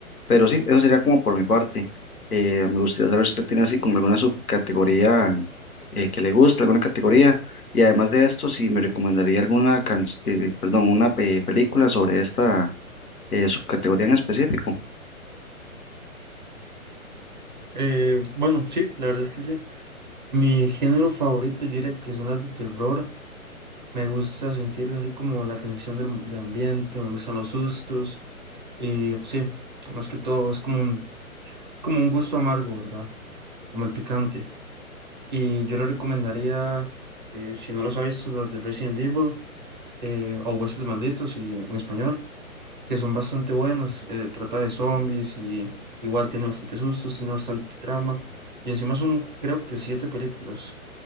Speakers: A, on the left (about 80°); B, on the right (about 35°).
A: pero sí, eso sería como por mi parte. Eh, me gustaría saber si usted tiene así como alguna subcategoría eh, que le gusta, alguna categoría, y además de esto, si me recomendaría alguna can- eh, perdón, una eh, película sobre esta eh, subcategoría en específico.
B: Eh, bueno, sí, la verdad es que sí. Mi género favorito, yo diría que son las de terror. Me gusta sentir así como la tensión del, del ambiente, me gustan los sustos. Y pues, sí, más que todo es como un, es como un gusto amargo, ¿verdad? Como el picante. Y yo le recomendaría, eh, si no las ha visto, las de Resident Evil eh, o Huéspedes Malditos y, en español, que son bastante buenas. eh, trata de zombies y igual tiene bastante sustos, tiene bastante trama. Y encima son, creo que siete películas.